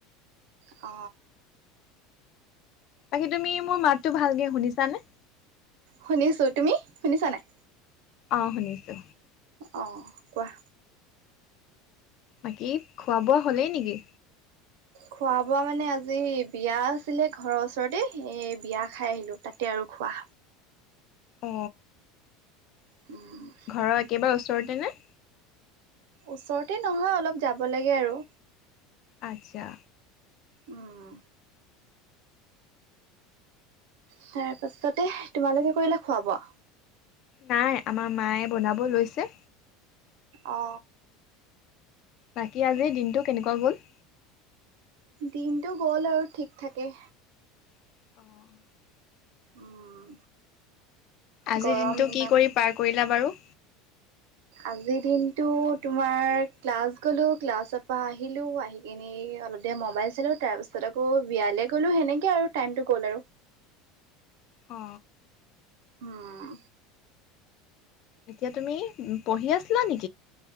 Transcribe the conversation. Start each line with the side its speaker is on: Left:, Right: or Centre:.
Right: অ,
Left: বাকী তুমি মোৰ মাতো ভালকে শুনিছাানে?
Right: শুনিছোঁ তুমি শুনিছা নাই?
Left: অ শুনিছো।
Right: অ কোৱা।
Left: বাকী খোৱা-বোৱা হ'লেই নিকি?
Right: খোৱা-বোৱা মানে আজি বিয়া আছিলে ঘৰৰ ওচৰতে এই বিয়া খাই আহিলো তাতে আৰু খোৱা।
Left: অ।
Right: <unintelligible>
Left: ঘৰৰ একেবাৰে ওচৰতে নে?
Right: ওচৰতে নহয় অলপ যাব লাগে আৰু।
Left: আচ্ছা।
Right: উম। তাৰ পাছতে তোমালোকে কৰিলা খোৱা-বোৱা?
Left: নাই আমাৰ মায়ে বনাব লৈছে।
Right: অ।
Left: বাকী আজিৰ দিনটো কেনেকুৱা গ'ল?
Right: দিনটো গ'ল আৰু ঠিক থাকে।
Left: <unintelligible>
Right: উম,
Left: আজিৰ
Right: গৰম
Left: দিনটো
Right: ইমান।
Left: কি কৰি পাৰ কৰিলা বাৰু?
Right: আজিৰ দিনটো তোমাৰ ক্লাছ গ'লো ক্লাছৰ পৰা আহিলো আহি এনেই অলপ দেৰি ম'বাইল চালো তাৰপিছত আকৌ বিয়ালে গ'লো সেনেকে আৰু টাইমটো গ'ল আৰু।
Left: অ।
Right: উম।
Left: এতিয়া তুমি পঢ়ি আছিলা নি?